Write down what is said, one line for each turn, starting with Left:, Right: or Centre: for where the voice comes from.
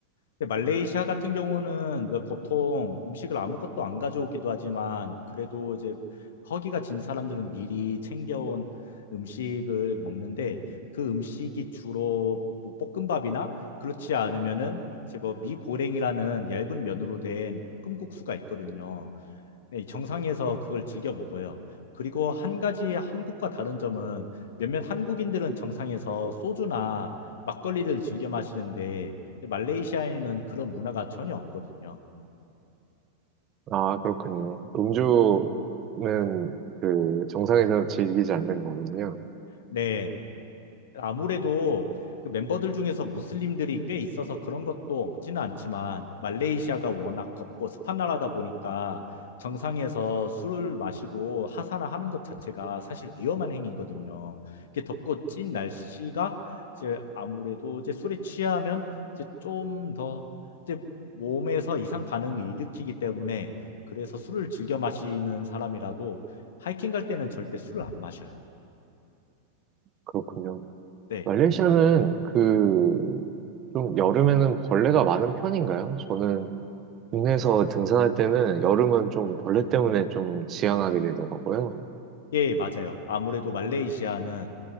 Left: 근데 말레이시아 같은 경우는 왜 보통 음식을 아무것도 안 가져오기도 하지만 그래도 이제 허기가 진 사람들은 미리 챙겨온 음식을 먹는데 그 음식이 주로 뭐 볶음밥이나 그렇지 않으면은 이제 뭐 미고랭이라는 얇은 면으로 된 볶음국수가 있거든요. 네, 정상에서 그걸 즐겨 먹어요. 그리고 한 가지 한국과 다른 점은 몇몇 한국인들은 정상에서 소주나 막걸리를 즐겨 마시는데 말레이시아에는 그런 문화가 전혀 없거든요.
Right: 아, 그렇군요. 음주는 그 정상에서 즐기지 않는 거군요.
Left: 네, 아무래도 그 멤버들 중에서 무슬림들이 꽤 있어서 그런 것도 없지는 않지만 말레이시아가 워낙 덥고 습한 나라다 보니까 정상에서 술을 마시고 하사나 하는 것 자체가 사실 위험한 행위거든요. 이게 렇 덥고 찐 날씨가 이제 아무래도 이제 술에 취하면 이제 좀 더 이제 몸에서 이상 반응을 일으키기 때문에 그래서 술을 즐겨 마시는 사람이라도 하이킹 갈 때는 절대 술을 안 마셔요.
Right: 그렇군요.
Left: 네.
Right: 말레이시아는 그 좀 여름에는 벌레가 많은 편인가요? 저는 국내에서 등산할 때는 여름은 좀 벌레 때문에 좀 지양하게 되더라고요.
Left: 예, 맞아요. 아무래도 말레이시아는